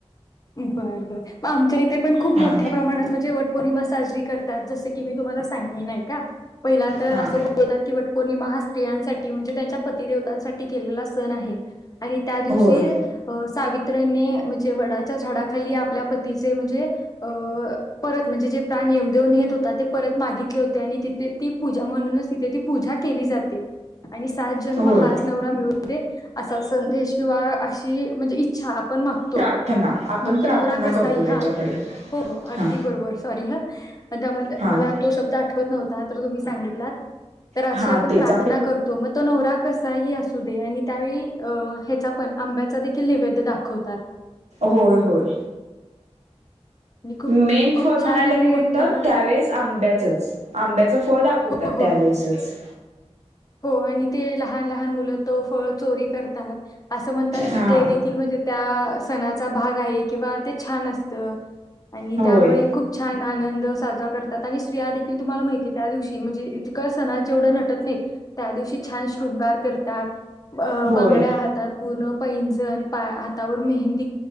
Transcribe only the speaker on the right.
हा
हा
होय
होय
प्रार्थना आपण
प्रार्थना
करतो
त्याच्याकडे
हा
हा
हा
तेच
होय होय
मेन
फळ म्हणायला
गेले
तर
त्यावेेळेस आंब्याचच, आंब्याचं फळ दाखवतात
त्यावेळेसच.
हा
होय
होय